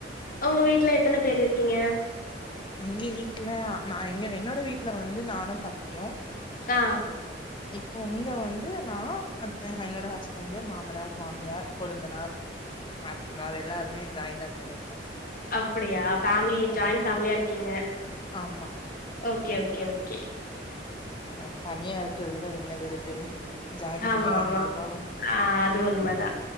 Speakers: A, on the left; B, on the left.
A: உங்க வீட்ல எத்தன பேர் இருக்கீங்க
B: எங்க வீட்ல நா எங்க என்னோட வீட்ல வந்து நானு தம்பியு
A: அ
B: இப்ப இங்க வந்து நா அத் என்னோட ஹஸ்பண்ட்டு மாமனார் மாமியார் கொழுந்தனார் அ வேற எல்லாருமே ஜாயிண்டப் பண்ணிருக்கோ
A: அப்டியா ஃபேமிலி
B: ஆம்
A: ஜாயிண்ட் ஃபேமிலியா இருக்கீங்க
B: ஆமா
A: ஓகே ஓகே ஓகே
B: அ தனியா இருக்குதுல்ல என்னது இருக்குது ஜாயின்
A: ஆமா
B: பண்ணி வாழ்ந்துட்டு
A: ஆமா
B: போலா
A: ஆ அது உண்மதா